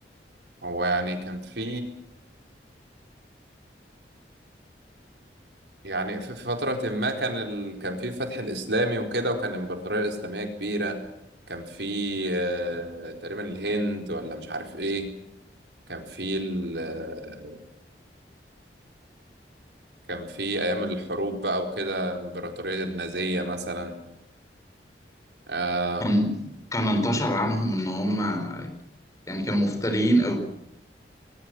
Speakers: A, on the right; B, on the left.
A: هو يعني كان في يعني في في فترة ما كان ال... كان في الفتح الإسلامي وكده وكان الإمبراطورية الإسلامية كبيرة كان في آه، تقريبا الهند ولا مش عارف إيه كان في ال... آه، كان في أيام الحروب بقى وكده إمبراطورية النازية مثلا آه
B: كان كان انتشر عنهم إن هم يعني كانوا مفترين أوي